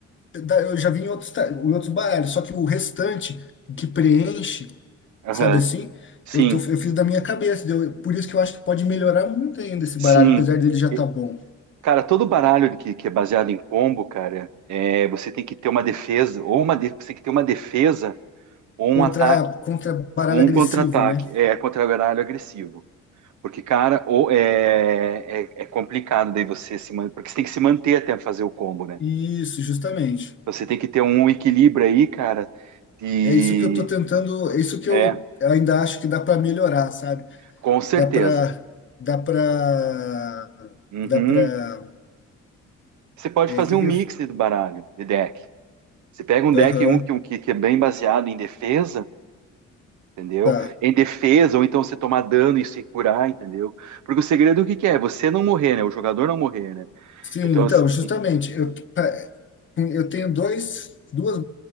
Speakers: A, on the left; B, on the right.
A: da- eu já vi em outros, ta- em outros baralhos, só que o restante que preenche,
B: Aham.
A: sabe assim,
B: Sim,
A: eu, tô, eu fiz da minha cabeça, deu, por isso que eu acho que pode melhorar muito ainda esse
B: sim.
A: baralho, apesar dele já
B: E,
A: tá bom.
B: cara, todo baralho que, que é baseado em combo, cara, é, você tem que ter uma defesa, ou uma, de- você tem que ter uma defesa, ou um
A: Contra,
B: ataque,
A: contra baralho
B: ou um
A: agressivo,
B: contra-ataque.
A: né?
B: É, contra baralho agressivo. Porque, cara, ou é, é, é complicado daí você se manter, porque você tem que se manter até fazer o combo, né?
A: Isso, justamente.
B: Então, Você tem que ter um equilíbrio aí, cara, e
A: É isso que eu tô tentando, é isso que
B: é,
A: eu ainda acho que dá para melhorar, sabe?
B: com certeza.
A: Dá para, dá para,
B: Uhum,
A: dá para,
B: Você pode
A: é,
B: fazer
A: que
B: um
A: que
B: mix
A: eu,
B: do baralho, de deck. Você pega um
A: aham,
B: deck um que, um que, que é bem baseado em defesa, entendeu?
A: tá.
B: Em defesa, ou então você tomar dano e se curar, entendeu? Porque o segredo o que que é? Você não morrer, né? O jogador não morrer, né?
A: Sim,
B: Então,
A: então,
B: assim,
A: justamente, eu, pa- eu tenho dois, duas